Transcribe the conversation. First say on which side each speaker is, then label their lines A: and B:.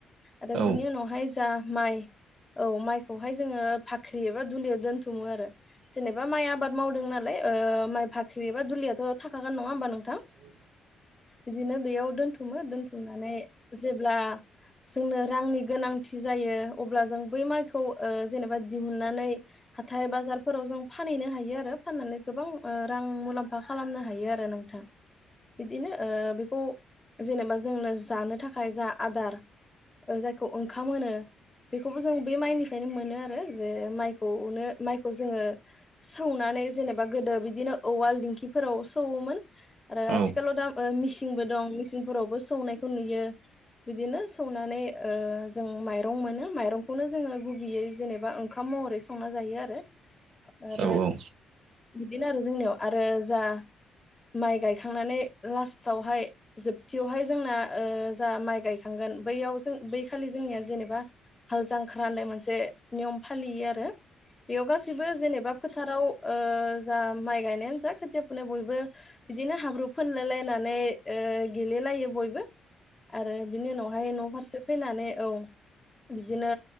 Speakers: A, on the left; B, on the right.
A: आरो
B: औ
A: बिनि उनावहाय जा माइ औ माइखौहाय जोङो बाख्रि एबा दुलियाव दोनथुमो आरो जेनेबा माइ आबाद मावदों नालाय ओ माइ बाख्रि एबा दुलियाथ' थाखा गोन नङा हबा नोंथां
B: <inaudible>
A: बिदिनो बेयाव दोनथुमो दोनथुमनानै जेब्ला जोंनो रांनि गोनांथि जायो अब्ला जों बै माइखौ ओ जेनेबा दिहुननानै हाथाय बाजारफोराव जों फानहैनो हायो आरो फाननानै गोबां ओ रां मुलाम्फा खालामनो हायो आरो नोंथां बिदिनो ओ बेखौ जेनेबा जोंनो जानो थाखाय जा आदार जायखौ ओंखाम होनो बेखौबो जों बे माइनिफ्रायनो मोनो आरो जे माइखौनो माइखौ जोङो सौना नै जेनेबा गोदो बिदिनो उवाल दिंखिफोराव सौवोमोन आरो
B: औ
A: आथिालाव दा ओ मेसिनबो दं सिंफोरावबो सौनायखौ नुयो बिदिनो सौनानै ओ जों माइरं मोनो माइरंखौनो जोङो गुबैयै जेनेबा ओंखाम महरै संना जायो आरो आरो
B: औ औ
A: बिदिनो आरो जोंनियाव आरो जा माइ गायखांनानै लास्टआवहाय जोबथियावहाय जोंना ओ जा माइ गायखांगोन बैयाव जों बै खालि जोंनिया जेनेबा हाल जांख्रा होननाय मोनसे नियम फालियो आरो बेयाव गासैबो जेनेबा फोथाराव ओ जा माइ गायनायानो जा खोथिया फुनायाव बयबो बिदिनो हाब्रु फोनलाय लायनानै ओ गेलेलायो बयबो आरो बिनि उनावहाय न' फारसे फैनानै औ बिदिनो